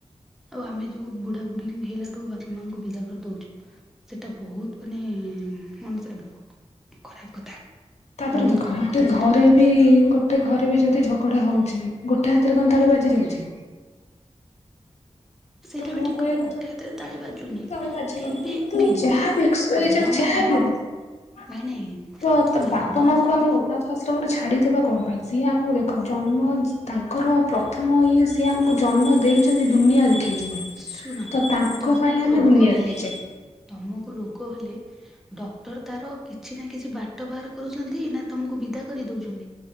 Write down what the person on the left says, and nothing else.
ତାପରେ ଦେଖ
ଗୋଟେ
ଘରେ
ବି ଗୋଟେ ଘରେବି ଯଦି ଝଗଡ଼ା ହୋଉଛି ଗୋଟେ ହାତରେ କଣ ତାଳି ବାଜି ଯାଉଛି।
ତ ମୁଁ
କହିବା କଥା
ତାଳି ବାଜିିବନି
କିନ୍ତୁ
ଯାହାବି
ଏକ୍ସ ଠୁ
ୱାଇ ଜେଡ୍ ଯାହାବି ହୋଉ
ତ ତ
ବାପା ମାଙ୍କୁ ଆମେ ଅନାଥ ଆଶ୍ରମରେ ଛାଡ଼ି ଦେବା କଣ ପାଇଁ ସିଏ ଆମକୁ ଦେଖନ୍ତୁ ଜନ୍ମ ତାଙ୍କର ପ୍ରଥମ ଇଏ ସି ଏ ଆମୁକୁ ଜନ୍ମ ଦେଇଛନ୍ତି ଦୁନିଆ ଦେଖେଇଛନ୍ତି।
ତ ତାଙ୍କ
ପାଇଁ ଆମେ
ଦୁନିଆ
ଦେଖିଛେ